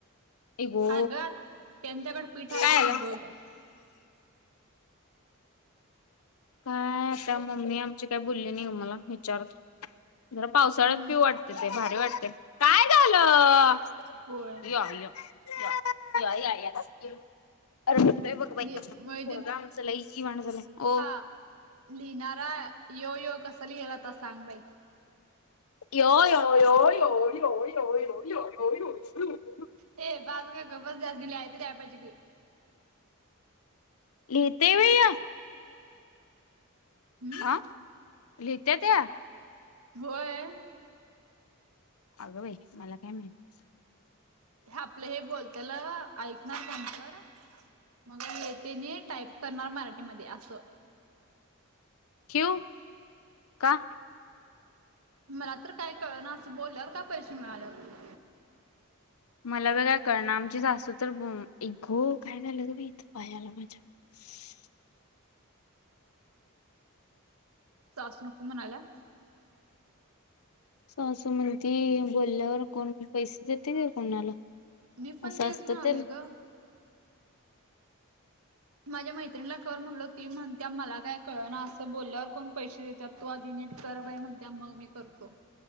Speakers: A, on the left; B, on the right.
A: ए गो
B: अगं आत्या त्यांच्याकड पीठ आहे
A: काय
B: की
A: झालं
B: बघ.
A: काय आशात मम्मी आमची काही बोलली नाही ग मला विचारत जरा पावसाळ्यात
B: हम्म
A: पिऊ वाटतं ते भारी वाटतंय काय झालं?
B: होय
A: या या या या या या बस की अर <unintelligible> बघ बाई कसं
B: होय
A: पोरगं आमचं लई वांड झालंय ओ
B: आ लिहिणारा यो यो कसा लिहिल आता सांग बाई
A: यो यो यो यो अयो अयो अयो अयो अयो अयो अयो अयो
B: ये बास ग बस <unintelligible>
A: लिहितय वह्या.
B: हम्म
A: आं लिहितय त्या
B: होय.
A: अगं बाई मला काय माहित.
B: आपल हे बोलत्याल ऐकणार कोण तर मग हे तेनी टाईप करणार मराठीमध्ये अस.
A: ठेवू का?
B: मला तर काय कळना असं बोलल्यावर का पैसे मिळाल्यात
A: मला बी काय कळणा आमची सासू तर आई गो काय झालं ग बाई इथं पायाला माझ्या <inaudible>
B: सासू नको म्हणाल्या
A: सासू म्हणती बोल्यावर कोण पैसे देतय काय कोणाला
B: मी पण
A: असं
B: तेच
A: असतं
B: म्हणालोय
A: तर
B: ग. माझ्या मैत्रीणीला कर म्हणलं होत ती म्हणत्या मला काय कळना असं बोल्यावर कोण पैसे देत त्यात तू आधी नीट कर बाई म्हणत्या मग मी करतो.